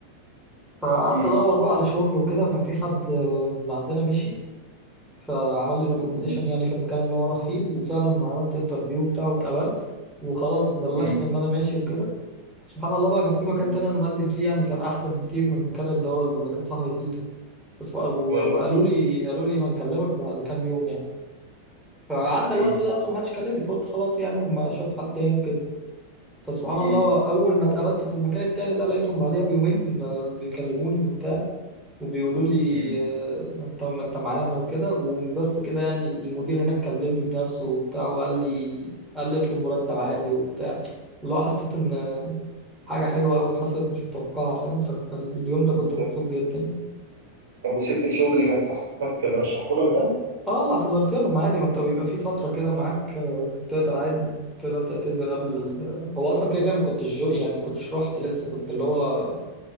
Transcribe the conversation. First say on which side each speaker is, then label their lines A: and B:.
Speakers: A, in the centre; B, on the right (about 60°).
A: فقعدت
B: مم.
A: ادور بقى على شغل وكده كان في حد آه، من عندنا مشي فعمل لي ريكومنديشن
B: مم.
A: يعني في المكان اللي هو راح فيه وفعلا عملت انترفيو بتاعه واتقبلت وخلاص بلغت
B: مم.
A: ان انا ماشي وكده سبحان الله بقى كان في مكان
B: مم.
A: تاني انا مقدم فيه يعني كان احسن بكتير من المكان اللي هو اللي كان صاحبي فيه ده بس و- و-
B: ايوه
A: وقالوا لي قالوا لي هنكلمك بعد كام يوم يعني فعدى
B: مم.
A: الوقت ده اصلا ما حدش كلمني فقلت خلاص يعني هم شاف حد تاني وكده فسبحان الله
B: مم.
A: اول ما اتقابلت في المكان التاني ده لقيتهم بعديها بيومين آه، بيكلموني وبتاع وبيقولوا لي
B: مم.
A: آه، طب ما انت معانا وكده ومش بس كده يعني المدير هناك كلمني بنفسه وبتاع وقال لي قال لي اطلب مرتب عالي وبتاع اللي هو حسيت ان حاجة حلوة قوي حصلت مش متوقعة فاهم ف- فاليوم ده كنت
B: بالظبط
A: مبسوط جدا يعني
B: طب وسبت الشغل اللي كان صاحبك مرشحه لك ده؟
A: اه اعتذرت لهم عادي ما انت بيبقى في فترة كده معاك آه، تقدر عادي تقدر تعتذر قبل ال... هو اصلا كده كده ما كنتش جو يعني ما كنتش رحت لسه كنت اللي هو